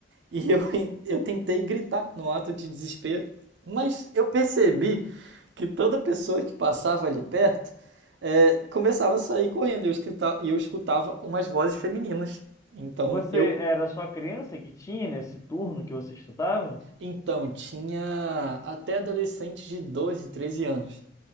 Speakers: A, on the right; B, on the left.
A: E eu, <laughs> eu tentei gritar no ato de desespero, mas eu percebi que toda pessoa que passava ali perto é, começava a sair correndo e eu, escrita- e eu escutava umas vozes femininas. Então
B: Você
A: eu
B: era só criança que tinha nesse turno que você estudava?
A: então tinha até adolescentes de 12, 13 anos.